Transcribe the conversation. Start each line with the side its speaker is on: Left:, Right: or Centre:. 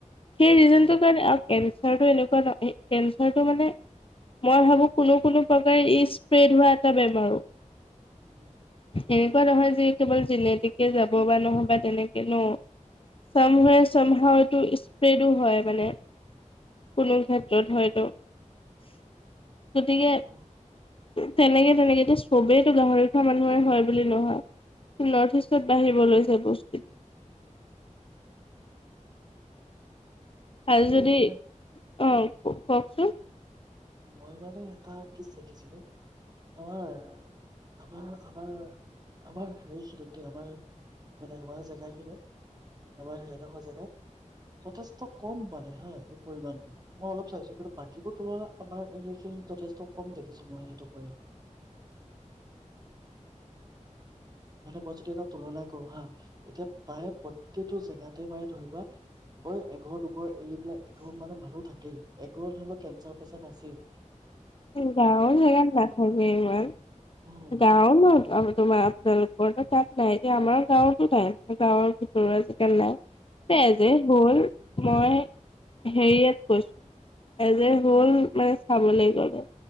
Left: সেই ৰিজনটোৰ
Right: অ
Left: কাৰণে আৰু এম কেঞ্চাৰটো এনেকুৱা ন' কেঞ্চাৰটো মানে মই ভাবো কোনো কোনো প্ৰকাৰে ই স্প্ৰেড হোৱা এটা বেমাৰো।
Right: উম।
Left: এনেকুৱা নহয় যে কেৱল জেনেটিকে যাব বা নহয় বা তেনেকে ন' চামওৱেচ চামহাও এইটো ইচ পেইডো হয় মানে কোনো ক্ষেত্ৰত হয়তো। গতিকে
Right: অ
Left: তেনেকে তেনেকে এতিয়া চবেইতটো গাহৰি খোৱা মানুহৰে হয় বুলি নহয়। নৰ্থ ইষ্টত বাঢ়িব লৈছে বস্তু ভাল
Right: কিন্তু
Left: যদি
Right: মই
Left: অ', কওঁকচোন।
Right: মই মানে এটা কি শিছিলো আমাৰ। আমাৰ- আমাৰ- আমাৰ হেৰি খিনিত আমাৰ মানে আমাৰ জেগা খিনিত। আমাৰ সেইডোখৰ জেগাত। যথেষ্ট কম মানে হাই এই পৰিমানটো মই অলপ চাইছো কিন্তু বাকীবোৰ তলা আমাৰ এইখিনি যথেষ্ট কম দেখিছো মই সেইটো পৰিয়াল। মানে মই যদি এটা তুলনাই কৰো হা এতিয়া প্ৰায় প্ৰত্যেক টো জেগাতে বাৰ ধৰি লোৱা কৰে এঘৰ দু ৰ এৰি পে এখন মানে মানুহ থাকেই। এগজন হৰি লওক কেঞ্চাৰ পেচেণ্ট আছিল।
Left: উম, গাৱৰ জেগাত নাথাকে ইমান
Right: উম
Left: গাও ন তোমাৰ আপোনালোক। ৰত তাত নাই যেতিয়া আমাৰ। গাৱতো নাই গাৱৰ ভিতৰত আজিকালি নাই তে
Right: উম
Left: যে হৰ মই হেৰিয়াত কৈছো এজ এহ, হল মানে চাবলৈ গলে।